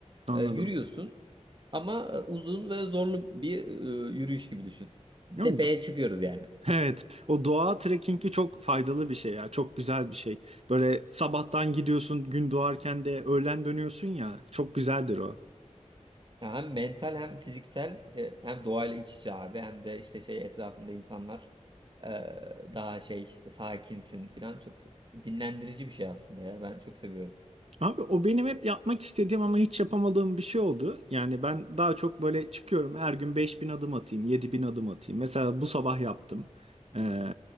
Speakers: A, on the right; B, on the right.
A: Anladım.
B: E, yürüyorsun ama e, uzun ve zorlu bir e, yürüyüş gibi düşün.
A: Ya,
B: Tepeye çıkıyoruz yani.
A: Evet, o doğa trekkingi çok faydalı bir şey ya, çok güzel bir şey. Böyle sabahtan gidiyorsun, gün doğarken de öğlen dönüyorsun ya, çok güzeldir o.
B: Ya Hem mental hem fiziksel e, hem doğayla iç içe abi hem de işte şey etrafında insanlar e, daha şey sakinsin falan çok dinlendirici bir şey aslında ya ben çok seviyorum.
A: Abi o benim hep yapmak istediğim ama hiç yapamadığım bir şey oldu. Yani ben daha çok böyle çıkıyorum her gün 5000 adım atayım, 7000 adım atayım. Mesela bu sabah yaptım. Ee,